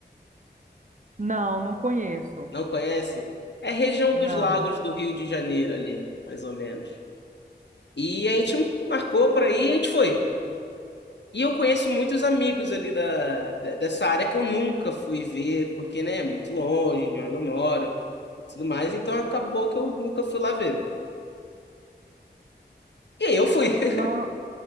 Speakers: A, on the right; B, on the left.
A: Não, não conheço.
B: Não conhece? É região
A: Não.
B: dos lagos do Rio de Janeiro ali, mais ou menos. E a gente marcou para ir e a gente foi. E eu conheço muitos amigos ali da, de- dessa área que eu nunca fui ver, porque, né, é muito longe de onde eu moro e tudo mais, então acabou que eu nunca fui lá ver. E aí eu fui. <laughs>
A: Não,